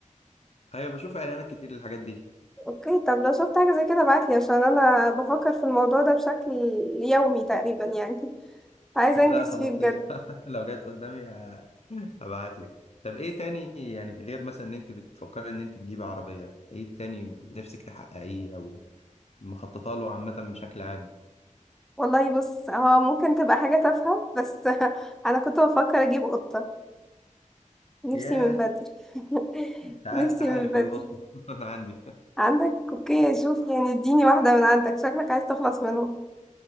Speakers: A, on the left (about 50°); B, in the centre.
A: ايوه بشوف اعلانات كتير للحاجات دي
B: اوكي طب لو شفت حاجة زي كده ابعتلي عشان انا بفكر في الموضوع ده بشكل يومي تقريبا يعني <laughs> عايزة
A: <laughs>
B: انجز
A: لا خلاص
B: فيه بجد
A: قشطه <laughs> لو جت قدامي ه- هبعت لك طب ايه تاني يعني غير مثلا ان انت بتفكري ان انت تجيبي عربيه ايه تاني نفسك تحققيه او مخططه له عامه بشكل عام
B: والله بص هو ممكن تبقى حاجة تافهة بس <laughs> انا كنت بفكر اجيب قطة نفسي
A: ياه
B: من بدري <laughs>
A: تعالي
B: نفسي
A: تعالي
B: من بدري
A: خدي قطه <laughs> انا عندي
B: عندك اوكي شوف يعني اديني واحدة من عندك شكلك عايز تخلص منهم